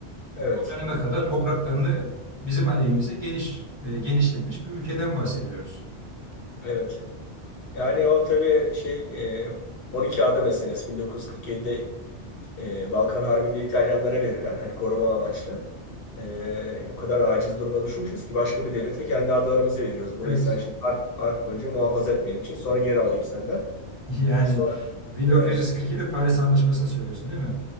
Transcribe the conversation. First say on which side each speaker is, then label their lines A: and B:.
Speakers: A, on the left; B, on the right.
A: evet,
B: O döneme kadar topraklarını bizim aleyhimize geniş, e, genişletmiş bir ülkeden bahsediyoruz.
A: evet. Yani o tabii şey e, 12 ada meselesi 1947'de e, Balkan Harbi'nde İtalyanlara verilen hani koruma amaçlı e, o kadar aciz duruma düşmüşüz ki başka bir devlete kendi adalarımızı veriyoruz. Burayı
B: Evet.
A: sen şimdi
B: <laughs>
A: harp, harp boyunca muhafaza et benim için sonra geri alayım senden.
B: Yani
A: E sonra
B: 1947
A: yani
B: Paris Anlaşması'nı söylüyorsun değil mi?